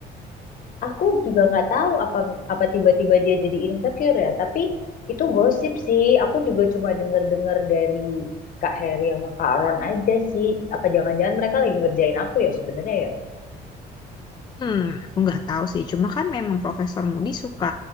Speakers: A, on the left; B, on the left.
A: aku juga nggak tahu apa apa tiba-tiba dia jadi insecure ya. Tapi itu gosip sih. Aku juga cuma denger-dengar dari Kak Heri sama Kak Ron aja sih. Apa jangan-jangan mereka lagi ngerjain aku ya sebenarnya ya?
B: Hmm, aku nggak tahu sih. Cuma kan memang Profesor Moody suka